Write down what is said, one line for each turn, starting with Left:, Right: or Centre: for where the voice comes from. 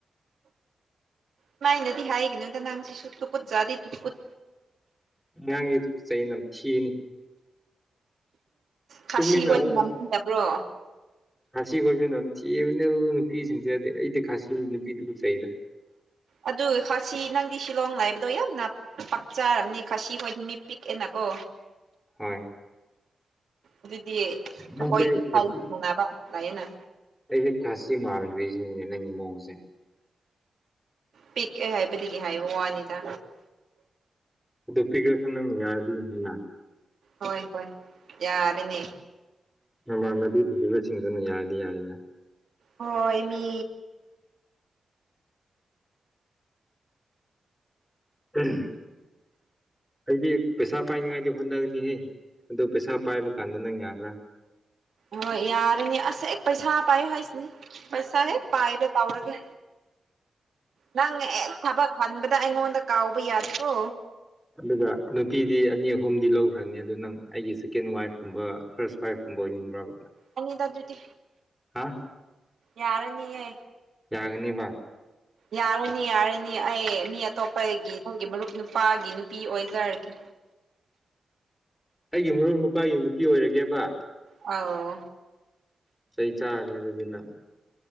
Right: ꯗꯨꯃꯥꯏꯅꯗꯤ ꯍꯥꯏꯒꯅꯣꯗ ꯅꯪ ꯁꯤꯁꯨ ꯇꯨꯀꯨꯠ ꯆꯠꯗꯤ ꯇꯨꯀꯨꯠ
Centre: ꯉꯥꯡꯒꯤꯗꯨ <inaudible> ꯠ ꯆꯩꯩꯅ ꯌꯥꯝ ꯊꯤꯅꯤ
Right: ꯈꯥꯁꯤꯈꯣꯏꯗꯤ
Centre: ꯇꯨꯃꯤꯟꯅꯕ ꯉꯝ
Right: ꯉꯥꯝꯅꯤꯡꯗꯕ꯭ꯔꯣ
Centre: ꯈꯥꯁꯤ ꯈꯣꯏꯕꯤ ꯅꯝꯊꯤꯕꯅꯦ ꯅꯨꯄꯤꯁꯤꯡꯁꯦꯗꯤ ꯑꯩꯗꯤ ꯈꯥꯁꯤ ꯅꯨꯄꯤ ꯇꯨꯒꯨꯠꯖꯩꯗ
Right: ꯑꯗꯨ ꯈꯥꯁꯤ ꯅꯪꯗꯤ ꯁꯤꯂꯣꯡ ꯂꯩꯕꯗꯣ ꯌꯥꯝꯅ ꯄꯥꯛꯆꯥꯔꯝꯅꯤ ꯈꯥꯁꯤ ꯈꯣꯏꯗꯤ ꯃꯤ ꯄꯤꯛꯑꯦꯅꯀꯣ
Centre: ꯍꯣꯏ
Right: ꯑꯗꯨꯗꯤ ꯑꯩꯈꯣꯏꯒꯤ
Centre: ꯅꯪꯁꯦ ꯑꯩ ꯈꯥꯁꯤ
Right: ꯢꯝꯐꯥꯜ ꯒꯨꯝ ꯐꯩꯅ
Centre: ꯑꯩꯁꯦ ꯈꯥꯁꯤ ꯃꯥꯡꯈ꯭ꯔꯤꯁꯤꯅꯤꯅꯦ ꯅꯪꯒꯤ ꯃꯣꯡꯁꯦ
Right: ꯄꯤꯛꯑꯦ ꯍꯥꯏꯕꯗꯒꯤ ꯍꯥꯏꯕ ꯋꯥꯅꯤꯗ
Centre: ꯑꯗꯨ ꯄꯤꯈꯔꯁꯨ ꯅꯪ ꯌꯥꯏꯅꯥ
Right: ꯍꯣꯏ ꯍꯣꯏ ꯌꯥꯔꯦꯅꯦ
Centre: ꯃꯃꯥꯟꯅꯕꯤ ꯊꯤꯕꯁꯤꯡꯗꯨꯅ ꯌꯥꯔꯗꯤ ꯌꯥꯔꯦꯅ
Right: ꯍꯣꯏ ꯃꯤ
Centre: ꯎꯝ ꯑꯩꯗꯤ ꯄꯩꯁꯥ ꯄꯥꯏꯅꯤꯡꯉꯥꯏꯗꯤ ꯍꯣꯠꯅꯒꯅꯤꯍꯦ ꯑꯗꯨ ꯄꯩꯁꯥ ꯄꯥꯏꯕ ꯀꯥꯟꯗ ꯅꯪ ꯌꯥꯕ꯭ꯔꯥ
Right: ꯍꯣꯏ ꯌꯥꯔꯅꯦ ꯑꯁ ꯍꯦꯛ ꯄꯩꯁꯥ ꯄꯥꯏꯌꯣ ꯍꯥꯏꯁꯤꯅꯦ ꯄꯩꯁꯥ ꯍꯦꯛ ꯄꯥꯏꯕ ꯇꯧꯔꯒꯦ ꯅꯪ ꯍꯦꯛ ꯊꯕꯛ ꯈꯟꯕꯗ ꯑꯩꯉꯣꯟꯗ ꯀꯥꯎꯕ ꯌꯥꯗꯦꯀꯣ
Centre: ꯑꯗꯨꯒ ꯅꯨꯄꯤꯗꯤ ꯑꯅꯤ ꯑꯍꯨꯝꯗꯤ ꯂꯧꯈ꯭ꯔꯅꯤ ꯑꯗꯨ ꯅꯪ ꯑꯩꯒꯤ ꯁꯦꯀꯦꯟ ꯋꯥꯏꯐꯀꯨꯝꯕ ꯐꯥꯔꯁ ꯋꯥꯏꯐ ꯕ ꯑꯣꯢꯅꯤꯡꯕ꯭ꯔꯕ
Right: ꯇꯜꯂꯤꯗ ꯑꯗꯨꯗꯤ
Centre: ꯍꯥ
Right: ꯌꯥꯔꯅꯤꯌꯦ
Centre: ꯌꯥꯒꯅꯤꯕ
Right: ꯌꯥꯔꯅꯤ ꯌꯥꯔꯅꯤ ꯑꯩ ꯃꯤ ꯑꯇꯣꯞꯄꯒꯤ ꯅꯪꯒꯤ ꯃꯔꯨꯞ ꯅꯨꯄꯥꯒꯤ ꯅꯨꯄꯤ ꯑꯣꯏꯖꯔꯒꯦ
Centre: ꯑꯩꯒꯤ ꯃꯔꯨꯞ ꯅꯨꯄꯥꯒꯤ ꯅꯨꯄꯤ ꯑꯣꯏꯔꯒꯦꯕ
Right: ꯑꯥꯎ
Centre: ꯆꯩ ꯆꯥꯒꯅꯤ ꯑꯗꯨꯗꯤ ꯅꯪ